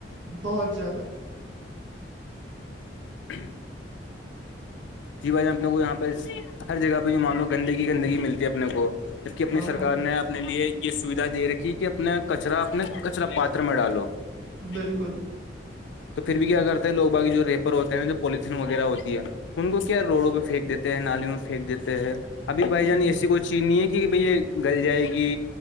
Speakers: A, on the right; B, on the left.
A: بہت زیادہ
B: ہ جی بھائی جان اپنے کو یہاں پہ ہر جگہ پہ جو مان لو گندگی گندگی ملتی ہے اپنے کو جبک اپنی
A: ہاں
B: سرکار
A: ہاں
B: نے اپنے لیے یہ سویدھا دے رکھی کہ اپنے کچرا اپنے کچرا پاتر میں ڈالو ا
A: بالکل
B: تو پھر بھی کیا کرتے ہے لوگ باقی جو ریپر ہوتے ہیں جو پولیتھین وغیرہ ہوتی ہے ان کو کیا روڈوں پہ پھینک دیتے ہیں نالیوں میں پھییک دیتے ہیں ابھی بھائی جان
A: ب-
B: ایسی کوئی چینی ہے کہ بھیا یہ گل جائے گی